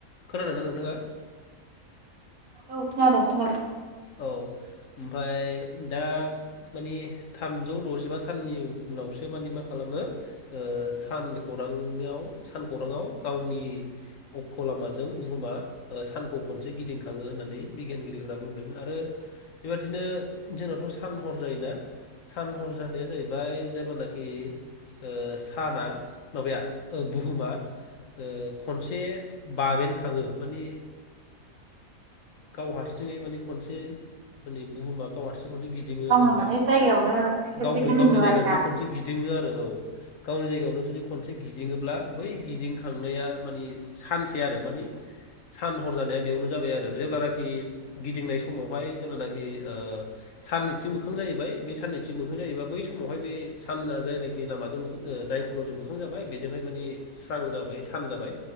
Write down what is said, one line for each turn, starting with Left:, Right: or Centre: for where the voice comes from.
Left: खोनादों ना नोंथाङा?
Right: औ खोनादों खोनादों।
Left: औ ओमफाय दा मानि थामजौ द'जिबा साननि उनावसो मानि मा खालामो ओ सानखौरांनियाव सानखौरांङाव गावनि अख' लामाजों बुहुमा ओ सानखौ खनसे गिदिंखांङो होननानै बिगियानगिरिफोरा बुं आरो बेबादिनो जोंनाथ' सान हर जायोना। सान हर जानाया जाहैबाय जेब्लानाखि ओ साना माबाया ओ बुहुमा ओ खनसे बाबेनखांङो मानि गाव हारसिंङै माने खनसे माने बुहुमा गाव हारसिं खनसे गिदिंङो
Right: गावनो
Left: जेनेबा
Right: माने जायगायावनो खेबसे
Left: गावनो
Right: गिदिङो
Left: गावनि जायगायावनो
Right: आरोना
Left: खनसे गिदिंङो आरो औ। गावनि जायगायावनो जुदि खनसे गिदिंङोब्ला बै गिदिंखांनाया मानि सानसे आरो मानि सान हर जानाया बेयावनो जाबाय आरो। जेब्लानाखि गिदिंनाय समावहाय जेब्लानाखि ओ साननिथिं मोखां जाहैबाय बे साननिथिं मोखां जायोबा बै समावहाय बे सानआ जायनाखि लामाजों मोखां ओ जाय खल'जों मोखां जाबाय बेजोंहाय मानि स्रां जाबाय सान जाबाय